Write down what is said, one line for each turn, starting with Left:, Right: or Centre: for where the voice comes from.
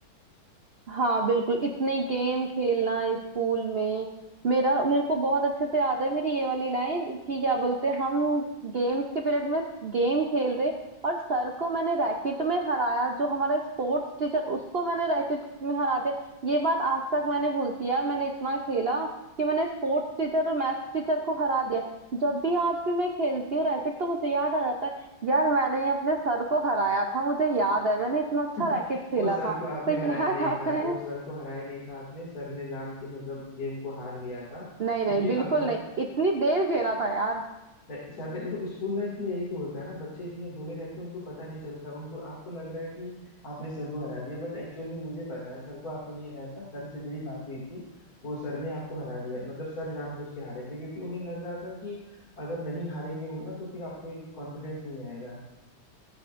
Right: हाँ बिल्कुल इतने गेम खेलना स्कूल में मेरा मेरे को बहुत अच्छे से याद है मेरी ये वाली लाइन कि क्या बोलते हैं हम गेम्स के पीरियड में गेम खेल रहे और सर को मैंने रैकेट में हराया जो हमारा स्पोर्ट्स टीचर उसको मैंने रैकेट में हरा दिया ये बात आज तक मैंने भूलती यार मैंने इतना खेला कि मैंने स्पोर्ट्स टीचर और मैथ्स टीचर को हरा दिया जब भी आज भी मैं खेलती हूँ रैकेट तो मुझे याद आ जाता है यार मैंने अपने सर को हराया था मुझे याद है मैंने इतना अच्छा
Left: <laughs>
Right: रैकेट खेला
Left: वो सर
Right: था
Left: को आपने
Right: तो
Left: हराया
Right: याद
Left: नहीं
Right: आता
Left: था
Right: है
Left: वो सर को हराया नहीं था आपने सर ने जान के मतलब गेम को हार लिया था
Right: नहीं
Left: क्योंकि
Right: नहीं बिल्कुल
Left: अग,
Right: नहीं इतनी देर खेला था यार
Left: नहीं सर ने देखो स्कूल लाइफ में यही तो होता है ना बच्चे इतने भोले रहते हैं उनको पता नहीं चलता उनको आपको लग रहा है कि आपने सर को हरा दिया बट एक्चुअल में मुझे पता है सर को आपने नहीं हराया था सर से मेरी बात हुई थी वो सर ने आपको हरा दिया मतलब सर जानबूझ के हारे थे क्योंकि उन्हें लग रहा था कि अगर नहीं हारेंगे वो ना तो फिर आपको एक कॉन्फिडेंस नहीं आएगा